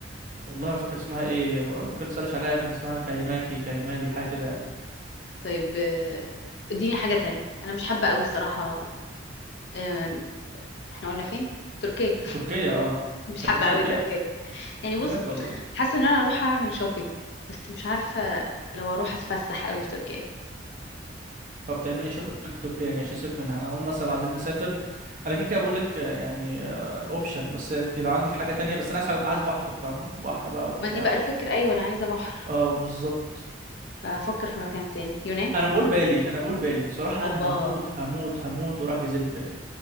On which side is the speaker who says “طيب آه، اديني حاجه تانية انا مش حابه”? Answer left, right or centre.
Left